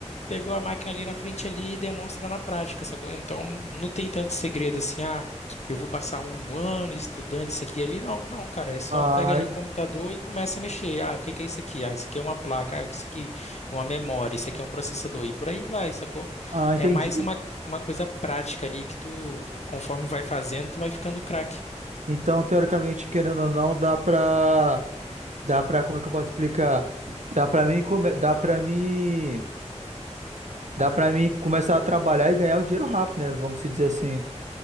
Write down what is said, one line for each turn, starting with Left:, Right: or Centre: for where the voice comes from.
Left: pegou a máquina ali na frente ali e demonstra na prática, sacou? Então não tem tanto segredo assim, ah, eu vou passar um ano estudando isso aqui e ali. Não, não, cara, é só
Right: ah,
Left: pega ali um computador e começa a mexer. Ah, o que que é isso aqui? Ah, isso aqui é uma placa, ah, isso aqui é uma memória, isso aqui é um processador e por aí vai, sacou?
Right: ah,
Left: É
Right: entendi.
Left: mais uma, uma coisa prática ali que tu, conforme vai fazendo, tu vai ficando craque.
Right: Então, teoricamente, querendo ou não, dá pra. Dá pra. Como é que eu posso explicar? Dá pra mim. come- Dá pra mim. Dá pra mim começar a trabalhar e ganhar o dinheiro rápido, né? Vamos se dizer assim.